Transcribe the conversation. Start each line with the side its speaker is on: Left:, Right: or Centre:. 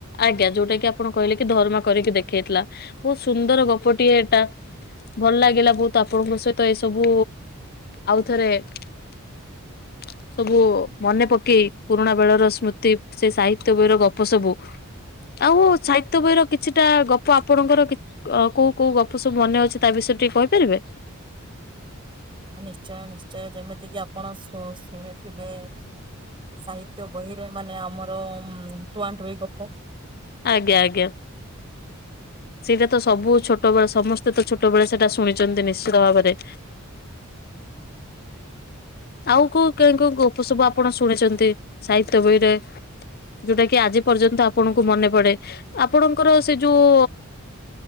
Left: ଆଜ୍ଞା। ଯୋଉଟା କି ଆପଣ କହିଲେ କି ଧରମା କରିକି ଦେଖେଇଥିଲା। ବହୁତ ସୁନ୍ଦର ଗପଟିଏ ଏଇଟା ଭଲ ଲାଗିଲା ବହୁତ ଆପଣଙ୍କ ସହିତ ଏ ସବୁ ଆଉ ଥରେ <inaudible> ସବୁ ମନେ ପକେଇ, ପୁରୁଣା ବେଳର ସ୍ମୃତି, ସେ ସାହିତ୍ୟ ବହିର ଗପ ସବୁ ଆଉ ସାହିତ୍ୟ ବହିର କିଛିଟା ଗପ ଆପଣଙ୍କର କିତ୍ କୋଉ କୋଉ ଗପ ସବୁ ମନେ ଅଛି ତା ବିଷୟରେ ଟିକେ କହିପାରିବେ?
Right: ନିଶ୍ଚୟ ନିଶ୍ଚୟ। ଯେମିତି କିି ଆପଣ ଶୁଣ ଶୁଣି କେବେ ସାହିତ୍ୟ ବହିରେ ମାନେ ଆମର ଟୁଆଁଟୁଇଁ ଗପ
Left: ଆଜ୍ଞା ଆଜ୍ଞା। ସେଇଟା ତ ସବୁ ଛୋଟବେଳେ ସମସ୍ତେ ତ ଛୋଟବେଳେ ସେଟା ଶୁଣିଚନ୍ତି, ନିଶ୍ଚିତ ଭାବରେ। ଆଉ କୋଉ କେଉଁ କେଉଁ ଗପ ସବୁ ଆପଣ ଶୁଣିଛନ୍ତି ସାହିତ୍ୟ ବହିରେ? ଯୋଉଟା କି ଆଜି ପର୍ଯ୍ୟନ୍ତ ଆପଣଙ୍କୁ ମନେ ପଡେ। ଆପଣଙ୍କର ସେ ଯୋଉ